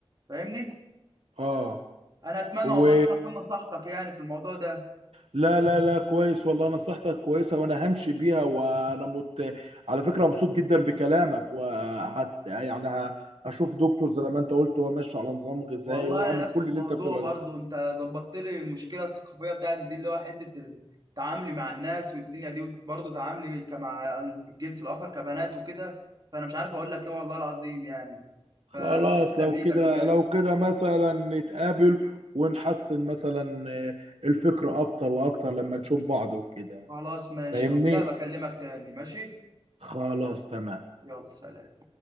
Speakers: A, on the right (about 45°); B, on the right (about 80°).
A: فاهمني
B: اه
A: انا اتمنى
B: و
A: والله ان انا اكون نصحتك يعني في الموضوع ده
B: لا لا لا كويس والله نصيحتك كويسه وانا همشي بيها وانا مت على فكره مبسوط جدا بكلامك وحت يعني ه- هشوف دكتور زي ما انت قلت وامشي على نظام غذائي
A: والله
B: واعمل
A: انا نفس
B: كل
A: الموضوع
B: اللي انت بتقول عليه
A: برضو انت ظبطت لي المشكله الثقافيه بتاعتي دي اللي هو حته تعاملي مع الناس والدنيا دي وبرضه تعاملي كمع الجنس الاخر كبنات وكده فانا مش عارف اقول لك ايه والله العظيم يعني
B: خلاص
A: فتسلم
B: لو
A: ايدك
B: كده
A: بجد
B: لو كده مثلا نتقابل ونحسن مثلا آه، الفكرة أكتر وأكتر لما نشوف بعض وكده
A: خلاص ماشي
B: فاهمني؟
A: لو كده بكلمك تاني ماشي
B: خلاص تمام
A: يلا سلام